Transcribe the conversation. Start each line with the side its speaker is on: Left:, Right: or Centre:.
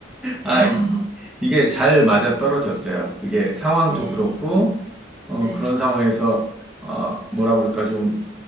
Right: 같아요.
Centre: 아,
Right: <laughs>
Centre: 이게 잘 맞아 떨어졌어요. 그게 상황도
Right: 네,
Centre: 그렇고, 어,
Right: 네,
Centre: 그런 상황에서, 어, 뭐라 그럴까, 좀,